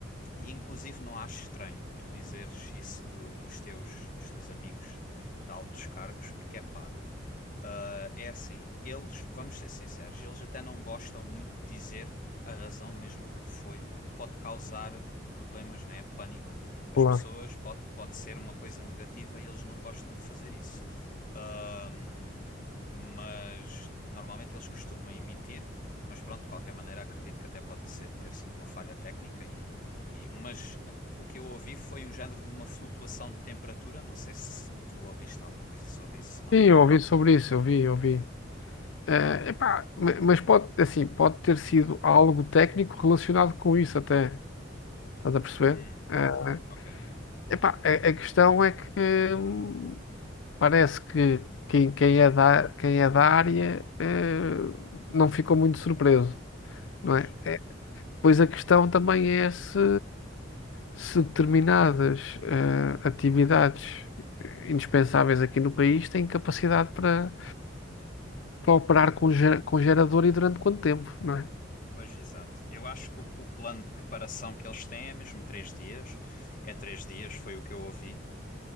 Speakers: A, on the left; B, on the left.
A: e inclusive não acho estranho tu dizeres isso do- dos teus, dos teus amigos de altos cargos, porque é pá. Ah, É assim, eles, vamos ser sinceros, eles até não gostam muito de dizer a razão mesmo porque foi, porque pode causar problemas, né? Pânico às
B: Claro.
A: pessoas, pode, pode ser uma coisa negativa e eles não gostam de fazer isso. Ahm, mas normalmente eles costumam emitir, mas pronto, de qualquer maneira, acredito que até pode ser, ter sido uma falha técnica e, e- mas ah, o que eu ouvi foi um género de uma flutuação de temperatura, não sei se tu ouviste alguma coisa sobre isso, não?
B: Sim, eu ouvi sobre isso, eu vi, eu vi. Eh, epá, ma- mas pode, assim, pode ter sido algo técnico relacionado com isso até, estás a perceber?
A: Hum.
B: Eh,
A: Ok,
B: epá, a, a questão é que hum, parece que quem, quem é da, quem é da área eh, não ficou muito surpreso,
A: pois,
B: não é? Pois a questão também é se, se determinadas eh, atividades indispensáveis aqui no país têm capacidade para, para operar com, ge- com gerador e durante quanto tempo, não é?
A: pois, exato. Eu acho que o, o plano de preparação que eles têm é mesmo três dias. É três dias, foi o que eu ouvi.